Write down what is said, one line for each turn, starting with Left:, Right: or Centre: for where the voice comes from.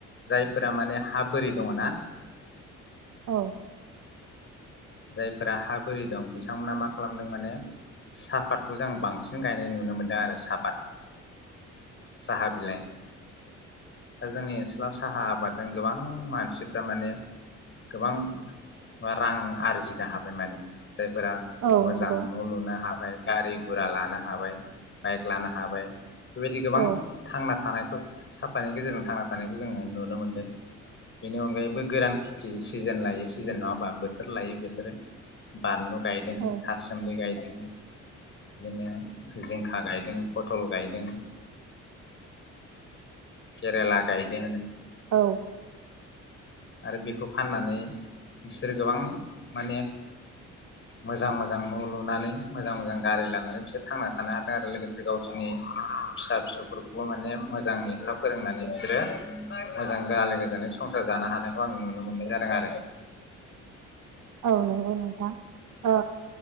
Left: जायफोरा माने हा बोरि दङ ना
Right: औ
Left: जायफोरा हा बोरि दं बिथांमोना मा खालामदों माने साहापतखौ जों बांसिन गायनाय नुनो मोनदों आरो साहापात साहा बिलाइ दा जोंनि ओनसोलाव साहा आबादजों गोबां मानसिफ्रा माने गोबां म रां आरजिनो हाबाय माने जायफोरा
Right: औ
Left: मोजां
Right: नंगौ
Left: न लुनो हाबा ओमफ्राय गारि गुरा लानो हाबाय, बाइक लानो हाबाय। बेबायदि गोबां
Right: औ
Left: थांना थानायखौ साब बिफानि गेजेरजों थांना थानायखौ जोङो नुनो मोनदों। बेनि अनगायैबो गोरान खेथि सिजेन लायै सिजेन नङाबा बोथोर लायै बोथोर बानलु गायदों,
Right: औ
Left: था सुमलि गायदों, बिदिनो जिंखा गायदों, पथल गायदों, केरेला गायदों,
Right: औ।
Left: आरो बेखौ फाननानै बिसोरो गोबां माने मोजां मोजां न लुनानै मोजां मोजां गारि लानानै बिसोर थांना थानो हादों आरो लोगोसे गावसोरनि फिसा फिसौफोरखौबो माने मोजांयै लेखा फोरोंनानै बिसोरो मोजां आलो गोजोनै संसार जानो हानाय खौ आं नुनो मोननाय जादों आरो।
Right: औ नंगौ नोंथा। ओ